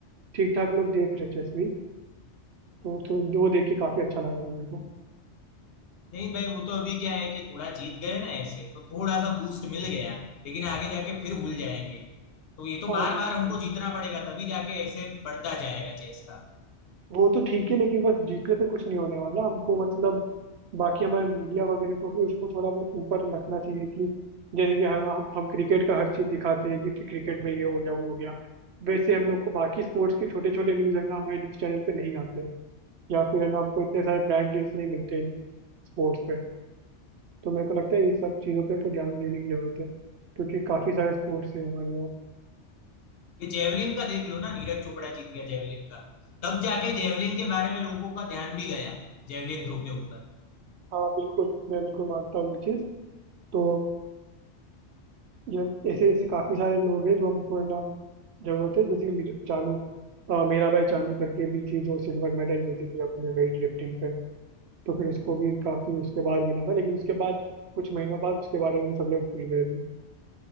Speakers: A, on the right; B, on the left.
A: ठीक ठाक लोग देख रहे चेस भी तो तो वो देख के काफी अच्छा लगा था मेरे को
B: नहीं भाई वो तो अभी क्या है कि थोड़ा जीत गए ना ऐसे तो थोड़ा सा बूस्ट मिल गया लेकिन आगे जाके फिर भूल जाएंगे तो ये तो
A: हाँ
B: बार
A: बिल्कुल
B: बार हमको जीतना पड़ेगा तभी जाके ऐसे बढ़ता जाएगा चेस का
A: वो तो ठीक है लेकिन बस जीतने से कुछ नहीं होने वाला हमको मतलब बाकी हमारे मीडिया वगैरह को भी उसको थोड़ा बहुत ऊपर रखना चाहिए कि जैसे कि हम हम क्रिकेट का हर चीज दिखाते हैं कि क्रिकेट में ये हो गया वो हो गया वैसे हम लोग को बाकी स्पोर्ट्स के छोटे छोटे न्यूज है ना हमारे न्यूज चैनल पे नहीं आते या फिर है ना हमको इतने सारे ब्रांड डील्स नहीं मिलते हैं स्पोर्ट्स पे तो मेरे को लगता है ये सब चीज़ों पे को ध्यान देने की ज़रूरत है क्योंकि काफ़ी सारे स्पोर्ट्स हैं हमारे यहाँ
B: ये जेवलिन का देख लो ना नीरज चोपड़ा जीत गया जेवलिन का तब जाके जेवलिन के बारे में लोगों का ध्यान भी गया जेवलिन थ्रो के ऊपर
A: हाँ बिल्कुल मैं बिल्कुल मानता हूँ ये चीज़ तो ये ऐसे ऐसे काफ़ी सारे लोग हैं जो हमको है ना जरूरत है जैसे कि मेरे- चानू अ, मेरा भाई चानू करके भी थी जो सिल्वर मेडल जीती थी अपने वेट लिफ्टिंग पे तो फिर उसको भी काफी उसके बाद मिला था लेकिन उसके बाद कुछ महीनों बाद उसके बारे में भी सब लोग भूल गए थे